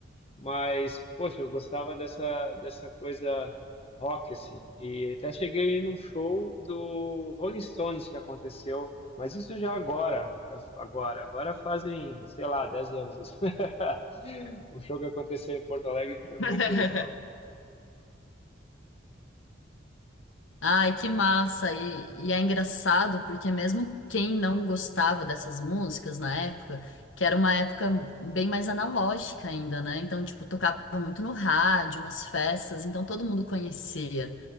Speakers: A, on the left; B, on the left.
A: mas, poxa, eu gostava dessa, dessa coisa rock, assim, e até cheguei num show do Rolling Stones que aconteceu, mas isso já agora, já agora, agora fazem, sei lá, 10 anos isso. <laughs> O show que aconteceu em Porto Alegre foi muito
B: <laughs>
A: legal.
B: Ai, que massa! E, e é engraçado porque mesmo quem não gostava dessas músicas na época, que era uma época bem mais analógica ainda, né? Então, tipo, tocava muito no rádio, nas festas, então todo mundo conhecia.